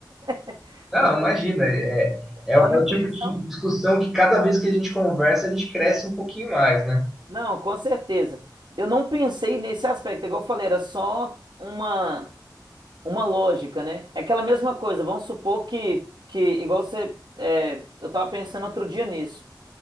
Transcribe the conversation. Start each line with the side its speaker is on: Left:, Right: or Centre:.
Right: <laughs>
Centre: Não,
Right: Não tô-
Centre: imagina. É, é, é
Right: É
Centre: o
Right: uma impressão?
Centre: tipo de discussão que cada vez que a gente conversa, a gente cresce um pouquinho mais, né?
Right: Não, com certeza. Eu não pensei nesse aspecto, igual eu falei, era só uma, uma lógica, né? É aquela mesma coisa, vamos supor que, que igual você. é, eu tava pensando outro dia nisso.